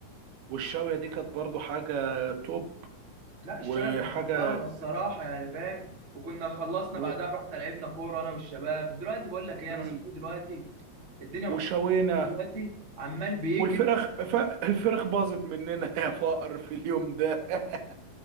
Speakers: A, on the right (about 85°); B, on the right (about 45°).
A: والشاويه دي كانت برضو حاجه توب
B: لا الشقه
A: وحاجه
B: كانت محترمه الصراحه يعني فاهم وكنا خلصنا
A: و...
B: بعدها رحنا لعبنا كوره انا والشباب دلوقتي بقول لك ايه
A: امم
B: انا صحابي دلوقتي الدنيا مختلفه
A: وشوينا
B: دلوقتي عمال بيجري
A: والفرخ ف... الفرخ باظت مننا يا فقر في اليوم ده <laughs>